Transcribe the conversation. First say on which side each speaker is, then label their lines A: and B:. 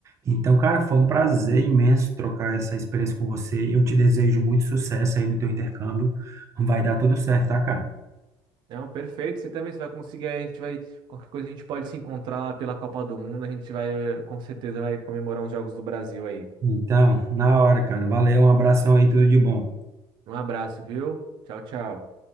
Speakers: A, on the right; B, on the right.
A: Então, cara, foi um prazer imenso trocar essa experiência com você. Eu te desejo muito sucesso aí no teu intercâmbio. Vai dar tudo certo, tá, cara?
B: Não, perfeito. Você também você vai conseguir. A gente vai. Qualquer coisa a gente pode se encontrar pela Copa do Mundo. A gente vai, eh, com certeza, vai comemorar os Jogos do Brasil aí.
A: Então, na hora, cara. Valeu, um abração aí, tudo de bom.
B: Um abraço, viu? Tchau, tchau.